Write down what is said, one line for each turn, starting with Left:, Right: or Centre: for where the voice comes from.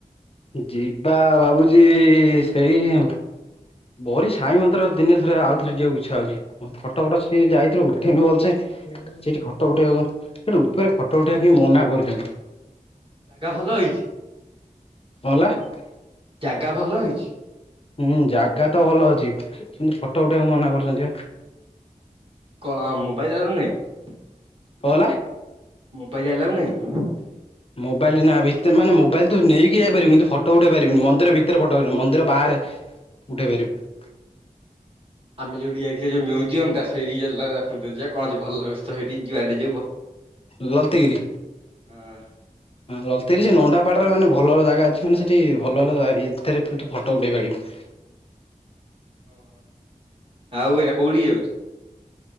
Left: ଯିବା ଭାବୁଛି ସେଇ ଉ। ବରି ସାଇ ମନ୍ଦିର ଦିନେ ଥରେ ଆଉଥରେ ଯିବାକୁ ଇଚ୍ଛା ହଉଛି ଫଟ ଫଟ ସେଠି ଯାଇଥିଲୁ ଉଠେଇନୁ ଭଲସେ । ସେଇଠି ଫଟୋ ଉଠେଇବାକୁ ସେଠି ଉପରେ ଫଟୋ ଉଠେଇବା କି ମନା କରୁଛନ୍ତି ।
Right: ଜାଗା ଭଲ ହେଇଛି ।
Left: କଣ ହେଲା ।
Right: ଜାଗା ଭଲ ହେଇଛି ।
Left: ହୁଁ ଜାଗା ତ ଭଲ ଅଛି କିନ୍ତୁ ଫଟୋ ଉଠେଇଆକୁ ମନା କରୁଛନ୍ତି ବା ।
Right: କଣ ମୋବାଇଲ ଦର ନାଇଁ <unintelligible>
Left: କହହେଲା?
Right: ମୋବାଇଲ ଆଲାଉ ନାହିଁ
Left: ମୋବାଇଲ ନା ଭିତରେ ମୋବାଇଲ ତୁ ନେଇକି ଯାଇ ପାରିବୁନି, ଫଟୋ ଉଠେଇ ପାରିବୁନି, ମନ୍ଦିର ଭିତରେ ଫଟୋ ଉଠେଇ ପା ଉଠେଇ ପାରିବୁ।
Right: <inaudible> ଆମେ ଯୋଉଠି ଯାଇଥିଲେ ଯଉ ମ୍ୟୁଜିୟମ ଟ ସେଇଠିଲାଖନ୍ତୁ ଯ କଣ ଭଲ ଅବସ୍ଥା ସେଠି ଯୁଆ <unintelligible>
Left: ଲଲତିଗିରି
Right: ହଁ
Left: ଲଲତିଗିରି ଯେ ନଣ୍ଡା ପାଡରେ ମାନେ ଭଲ ଭଲ ଜାଗା ଅଛି ମାନେ ସେଠି ଭଲ ଭଲ ଏଥିରେ ତୁ ଫଟୋ ଉଠେଇ ପାରିବୁ ।
Right: ଓ ଆଉ ଏ କୋଉଠି ଯାଉଛି?